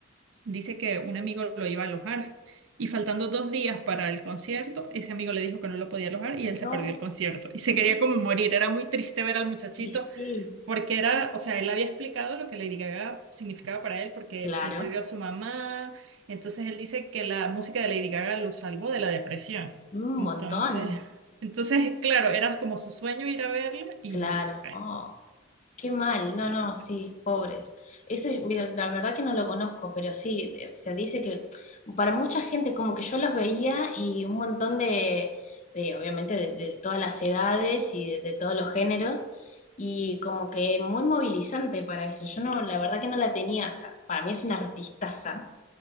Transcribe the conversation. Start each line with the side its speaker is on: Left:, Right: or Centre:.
Right: dice que un amigo lo iba a alojar. Y faltando dos días para el concierto, ese amigo le dijo que no lo podía alojar y él se
Left: no,
Right: perdió el concierto. Y se
Left: mm,
Right: quería como morir, era muy triste ver al muchachito
Left: y sí,
Right: porque era, o sea, él había explicado lo que Lady Gaga significaba para él, porque
Left: claro,
Right: él perdió a su mamá. Entonces él dice que la música de Lady Gaga lo salvó de la depresión.
Left: un
Right: Entonces,
Left: montón,
Right: <laughs> entonces, claro, era como su sueño ir a verla y
Left: claro,
Right: bueno,
Left: oh. Qué mal, no,
Right: pero-
Left: no, sí, pobres. Eso, mira, la verdad que no lo conozco, pero sí, de- o sea, dice que para mucha gente como que yo los veía y un montón de, de, obviamente, de, de todas las edades y de, de todos los géneros, y como que muy movilizante para eso. Yo no, la verdad que no la tenía, o sea, para mí es una artistaza